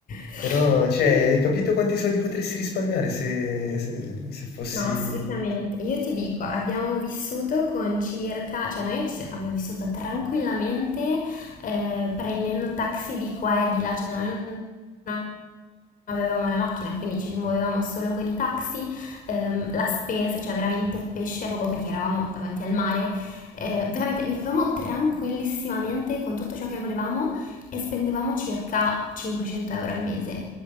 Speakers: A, on the left; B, on the left.
A: <laughs>
B: Però, cioè, hai capito quanti soldi potresti risparmiare se, se- se fossi...
A: No, assolutamente. Io ti dico, abbiamo vissuto con circa, cioè noi ci- abbiamo vissuto tranquillamente eh, prendendo taxi di qua e di là, cioè noi non avevamo la macchina, quindi ci muovevamo solo con i taxi, ehm, la spesa, cioè veramente pesce a gogo perché eravamo davanti al mare, eh, veramente vivevamo tranquillissimamente con tutto ciò che volevamo e spendevamo circa 500 euro al mese.